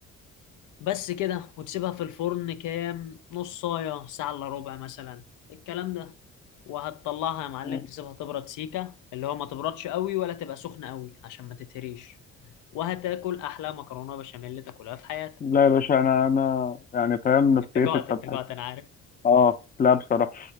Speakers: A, on the left; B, on the left.
A: بس كده وتسيبها في الفرن كام نص ساعه ساعه الا ربع مثلا الكلام ده وهتطلعها يا معلم
B: مم.
A: تسيبها تبرد سيكة اللي هو ما تبردش قوي ولا تبقى سخنة قوي عشان ما تتهريش وهتاكل أحلى مكرونة بشاميل تاكلها في حياتك
B: لا يا باشا أنا أنا يعني فاهم نفسيتي
A: أنت جعت
B: اتفتحت
A: أنت جعت أنا عارف
B: أه لا بصراحة